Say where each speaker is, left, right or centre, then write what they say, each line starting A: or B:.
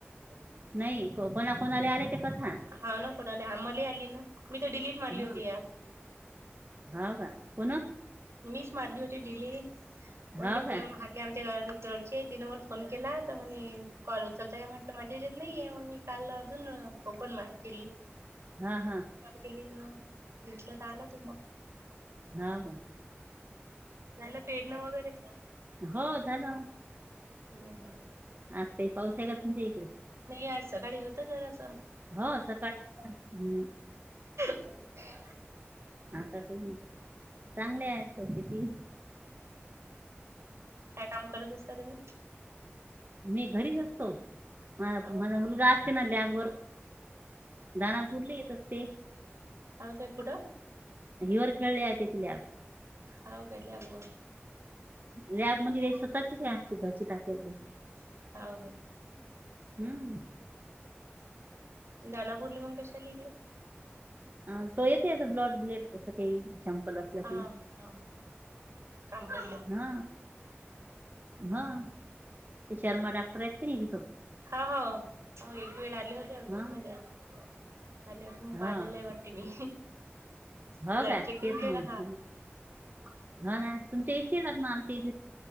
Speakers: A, on the right; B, on the right.
A: ग
B: नाही कोणा कोणाला आले ते कथा
A: हा ना कोणाला आम्हाला आली ना मी तर डिलीट मारली होती
B: हा
A: ऍप
B: हो का पुन्हा
A: मीच मारली होती डिलट
B: हो
A: मग त
B: का
A: <inaudible> <inaudible> आमच्या घर जवडचे आहे तिनं मला फोन केला तर म्हणे कॉल उचलता का म्हटलं माझ्या हत नाहीये मग मी काल अजून ओपन केली
B: हा हा
A: केली भेटलं तर आलं ते मग
B: हा का्
A: झाला पेडण वगैरे
B: हो झाला
A: हो ह
B: आता पाऊस आहे का तुमच्या इकडे
A: नाही आज सकाळी होत जरा अस
B: हो सकाळी हम्
A: चुक ना
B: आता चांगले आहेत सबगती
A: काय काम करत असता तुम्ही
B: मी घरीच असतो माझा
A: हाव
B: मुलगा असते ना लॅब वर दाना कुरलीय तसे
A: अ काकुड
B: हिर खेळले आहे त्याची लॅब
A: हा गले बू
B: लॅबमध्ये काय स्वतःच <inaudible>
A: <inaudible>
B: हम्म
A: दानापूर्लीउन कशाला आली <inaudible>
B: अ तो येते अस ब्लॉट ग्लट कस काही असला
A: हा
B: की
A: हा काम कर
B: हा हा ते शर्मा डाॅक्टर आहेत की नाही तो
A: हो हो हो एक वेळ आले होते <inaudible>
B: ना.
A: आले होते म
B: हा
A: पा आलेलाय वाटते मी ब्लड
B: हो का
A: चेकिंग
B: तेच
A: दिला
B: मग हा ना तुमच्या इच्छा आहेत ना आमची <inaudible>